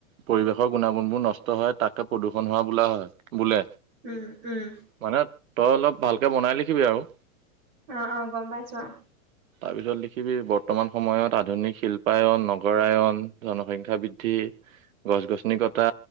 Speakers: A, on the right; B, on the right.
A: পৰিৱেশৰ গুণাগুণবোৰ নষ্ট হয় তাকে প্ৰদূষণ হোৱা বোলা হয়, বোলে।
B: উম', উম'।
A: মানে তই অলপ ভালকৈ বনাই লিখিবি আৰু।
B: অ', অ', গ'ম পাইছো অ'।
A: তাপিছত লিখিবি বৰ্তমান সময়ত আধুনিক শিল্পায়ন, নগৰায়ন, জনসংখ্যা বৃদ্ধি, গছ গছনি কটা